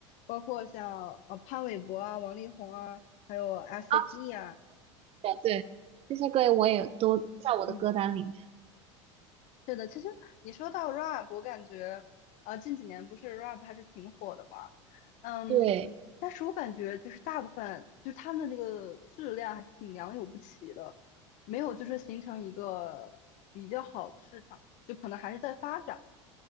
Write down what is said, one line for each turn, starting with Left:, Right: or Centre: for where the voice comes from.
Left: 包括像呃潘玮柏啊、王力宏啊，还有 S.H.E
Right: 啊，
Left: 啊，
Right: 对对，这些歌我也都在我的歌单里面。
Left: 嗯是的，其实你说到 rap，我感觉，呃，近几年不是 rap 还是挺火的嘛，嗯，
Right: 对，
Left: 但是我感觉就是大部分就是他们的这个质量还是挺良莠不齐的，没有就是形成一个比较好的市场，就可能还是在发展。